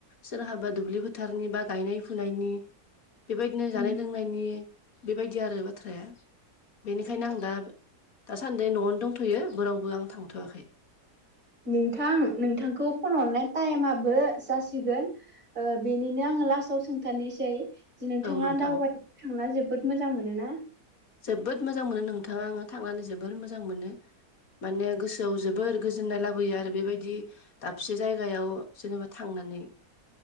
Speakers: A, on the left; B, on the right.
A: सोरहाबा दुब्लि फोथारनि बा गायनाय फुनायनि बेबायदिनो
B: उम
A: जानाय लोंनायनि बेबायदि आरो बाथ्राया बेनिखायनो
B: उम
A: आं दा दासान्दि न'आवनो दंथ'यो बोरावबो आं थांथ'वाखै।
B: नोंथां नोंथांखौ फन हरनाय टाइमाबो जासिगोन। ओ बेनिनो आङो लास्टाव सोंथारानोसै। जि नोंथाङा
A: औ नोंथां
B: दावबायनो थांना जोबोद मोजां मोनो ना?
A: जोबोद मोजां मोनो नोंथाङा आङो थांनानै जोबोर मोजां मोनो। माने गोसोआव जोबोर गोजोननाय लाबोयो आरो बेबायदि दाबसे जायगायाव जेनेबा थांनानै।